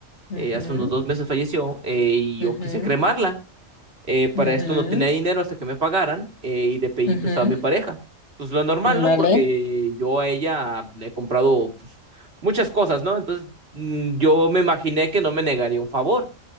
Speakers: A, on the left; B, on the right.
A: Ujú,
B: eh, hace unos dos meses falleció, eh, y
A: ujú,
B: yo quise cremarla. Eh, para
A: ujú,
B: esto no tenía dinero hasta que me pagaran, eh, y le pedí
A: ujú.
B: prestado a mi pareja. Pues lo normal, ¿no?
A: Vale,
B: Porque yo a ella le he comprado pues, muchas cosas, ¿no? Entonces mm, yo me imaginé que no me negaría un favor.